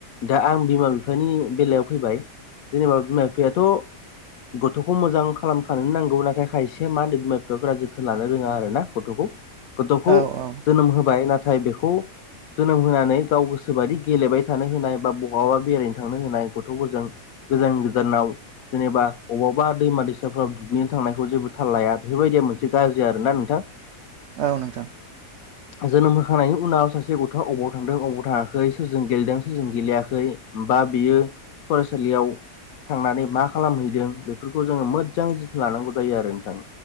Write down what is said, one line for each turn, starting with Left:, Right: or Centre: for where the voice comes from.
Left: दा आं बिमा बिफानि बेलायाव फैबाय। जेनेबा बिमा बिफायाथ' गथ'खौ मोजां खालामखानोनो नांगौ नाथाय खायसे मा होनदो बिमा-बिफाफोरा जोथोन लानो रोङां आरो ना गथ'खौ गथ'खौ
Right: औ औ
Left: जोनोम होबाय नाथाय बेखौ जोनोम होनानै गाव गोसोबायदि गेलेबाय थानो होनाय बा बहाबा बेरायनो थांनो होनाय गथ'फोरजों गोजान गोजानाव जेनेबा अबावबा दैमा-दैसाफ्राव दुगैनो थांनायखौ जेबो थाल लाया बेफोरबायदि मोनसे गाज्रि आरोना नोंथां।
Right: औ नोंथां
Left: जोनोम होखांनायनि उनाव सासे गथ'आ बबाव थांदों अबाव थाङाखै सोरजों गेलेदों सोरजों गेलेयाखै बा बियो फरायसालियाव थांनानै मा खालामहैदों बेफोरखौ जोंङो मोजाङै लानांगौ जायो आरो नोंथां।